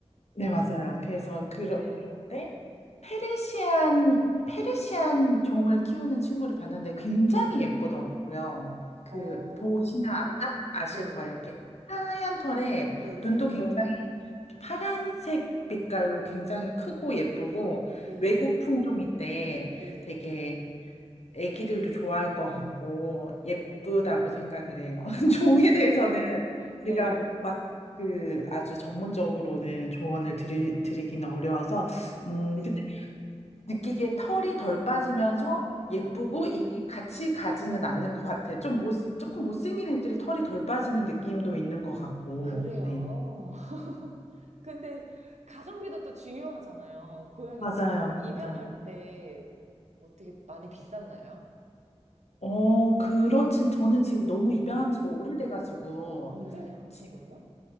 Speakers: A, on the left; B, on the right.
A: 네, 맞아요. 그래서
B: 어,
A: 그러,
B: 네.
A: 그런데 페르시안, 페르시안 종을 키우는 친구를 봤는데 굉장히
B: 네.
A: 예쁘더라고요. 그,
B: 어,
A: 보시면 아마 딱 아실
B: 네.
A: 거예요. 이렇게 하얀 털에
B: 네네.
A: 눈도 굉장히 이렇게 파란색 빛깔로 굉장히 크고 예쁘고
B: 네네.
A: 외국 품종인데
B: 네.
A: 되게 애기들도 좋아할 것 같고 예쁘다고 생각을 해요. <laughs> 종에 대해서는
B: 네.
A: 제가 막 그 아주 전문적으로는 조언을 드리, 드리기는 어려워서
B: 아,
A: 음,
B: 네.
A: 근데 느끼기에 털이 덜 빠지면서
B: 네.
A: 예쁘고 이게 같이 가지는 않는 것 같아. 좀 못, 조금 못생긴 애들이 털이 덜 빠지는 느낌도 있는 것 같고,
B: 아, 그래요.
A: 네.
B: <laughs> 근데 가성비도 또 중요하잖아요. 고양이
A: 맞아요.
B: 처음 입양할
A: 맞아.
B: 때 어떻게 많이 비쌌나요?
A: 어, 그렇진. 저는 지금 너무
B: 네.
A: 입양한 지가 오래돼가지고,
B: 언제 하신
A: 지-
B: 거예요?